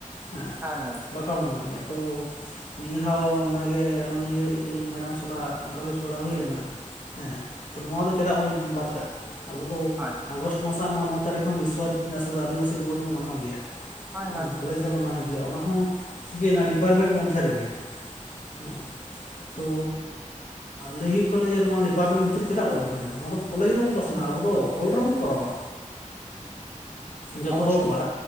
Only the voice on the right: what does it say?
ᱦᱳᱭ ᱦᱳᱭ
ᱦᱳᱭ
ᱦᱳᱭ
ᱦᱳᱭ ᱦᱳᱭ
ᱦᱩᱸ
ᱚᱵᱚᱥᱥᱳᱭ